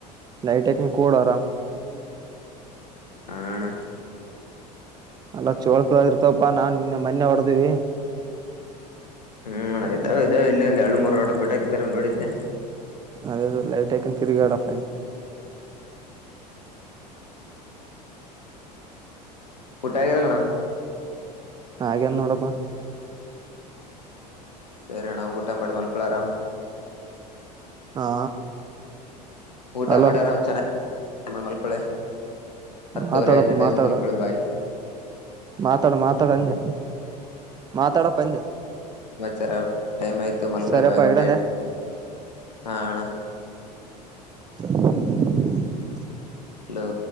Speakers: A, on the right; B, on the left.
A: ಲೈಟ್ ಹಾಕಂಗ ಕೂಡ ಆರಾಮ್.
B: ಹ ಅಣ.
A: ಅಲ್ಲ ಚೋಳ ಪಲ್ ಇರ್ತಪ್ಪಾ ನಾನ್ ಇನ್ನ ಮೊನ್ನೆ ಹೊಡೆದ್ವಿ.
B: ಹ್ಮ್ ಇದಾವ ಇದಾವ ಇಲ್ಲಿ ಒಂದ್ ಎರಡು ಮೂರ್ ವಡದ ಬಿಟಾಕಿದ ನೋಡಿದ್ದೆ.
A: ಅದೇದೇ ಲೈಟ್ ಆಯಕೊಂಡ ತಿರುಗಾಡಪ್ಪ ಅಂದೆ.
B: ಊಟಾ ಆಗಿದೆ ಇಲ್ಲಣ.
A: ಹಾಗೆನ್ ನೋಡಪ್ಪಾ.
B: ಸರಿ ಅಣ್ಣ ಊಟ ಮಾಡಿ ಮಲ್ಕೊಳಿ ಆರಾಮ್.
A: ಹಾ
B: ಊಟ
A: ಹಲೋ
B: ಮಾಡಿ ಆರಾಮ್ ಚೆನಗ್ ಮಾಲ್ ಹಕ್ಕಳೆ ಹತ್ತುವರೆ
A: ಮಾತಾಡಪ್ಪ
B: ಆಯ್ತು ಟೈಮ್
A: ಮಾತಾಡು
B: ಮಲ್ಕೊಳ್ಳಿ ಬಾಯಿ
A: ಮಾತಾಡ ಮಾತಾಡ ಅಂದ ಮಾತಾಡಪ್ಪ ಅಂದೆ
B: ಸರ ಟೈಮ್ ಆಯ್ತು ಮಲ್ಕೂಳೆ
A: ಸರಿಯಪ್ಪಾ
B: ಬಾಯ್ ಗುಡ್
A: ಇಡಂದೆ
B: ನೈಟ್ ಹಾ ಅಣ್ಣ
A: ಸರಿ <inaudible>
B: ಹಲೋ